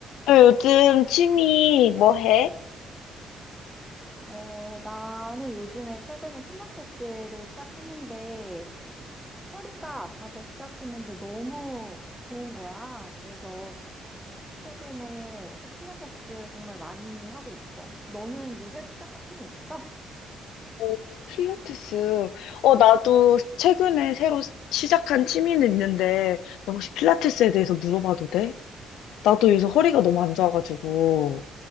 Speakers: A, on the left (about 85°); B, in the centre.
A: 너 요즘 취미 뭐 해?
B: 어, 나는 요즘에 최근에 필라테스를 시작했는데 허리가 아파서 시작했는데 너무 좋은 거야. 그래서 최근에 필라테스 정말 많이 하고 있어. 너는 뭐 새로 시작한 친구 있어?
A: 오, 필라테스. 어, 나도 최근에 새로 시- 시작한 취미는 있는데, 너 혹시 필라테스에 대해서 물어봐도 돼? 나도 요새 허리가 너무 안 좋아가지고,